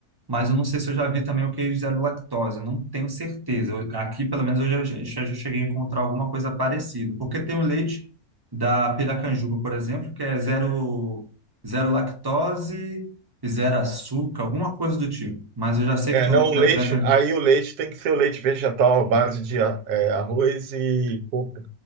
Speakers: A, on the right; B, on the right.
A: mas eu não sei se eu já vi também o queijo zero lactose. Eu não tenho certeza. Eu- aqui, pelo menos, eu já, já, já cheguei a encontrar alguma coisa parecida. Porque tem o leite da Piracanjuba, por exemplo, que é zero, zero lactose. Zero açúcar, alguma coisa do tipo. Mas eu já sei
B: É,
A: que tem
B: não,
A: o leite
B: o
A: da
B: leite,
A: Piracanjuba.
B: aí o leite tem que ser o leite vegetal à base de a- é, arroz e coco,